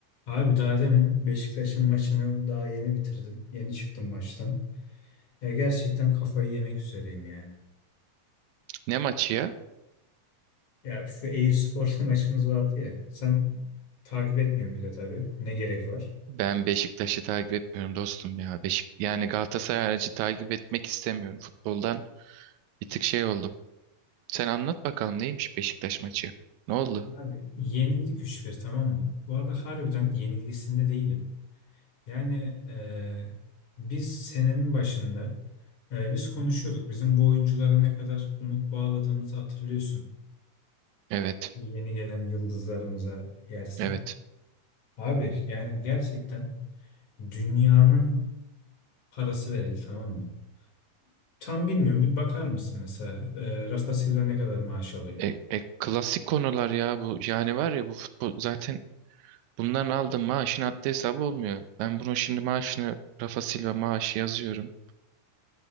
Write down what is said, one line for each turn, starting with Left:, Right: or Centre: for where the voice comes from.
Left: Abi daha demin Beşiktaş'ın maçını daha yeni bitirdim. Yeni çıktım maçtan. Ya gerçekten kafayı yemek üzereyim ya.
Right: Ne maçı ya?
Left: Ya şu Eyüpspor'la <laughs> maçımız vardı ya. Sen takip etmiyorsun bile tabii. Ne gerek var?
Right: Ben Beşiktaş'ı takip etmiyorum dostum ya. Beşik yani Galatasaray harici takip etmek istemiyorum. Futboldan bir tık şey oldum. Sen anlat bakalım neymiş Beşiktaş maçı? Ne oldu?
Left: Abi yenildik 3 bir, tamam mı? Bu arada harbiden yenilgisinde değilim. Yani eee, biz senenin başında eee, biz konuşuyorduk. Bizim bu oyunculara ne kadar umut bağladığımızı hatırlıyorsun.
Right: Evet.
Left: Bu yeni gelen yıldızlarımıza yersen.
Right: Evet.
Left: Abi yani gerçekten Dünyanın parası verildi tamam mı? Tam bilmiyorum bir bakar mısın mesela e, Rafa Silva ne kadar maaş alıyor?
Right: E, e, klasik konular ya bu. Yani var ya bu futbol zaten bundan aldığım maaşın haddi hesabı olmuyor. Ben bunu şimdi maaşını Rafa Silva maaşı yazıyorum.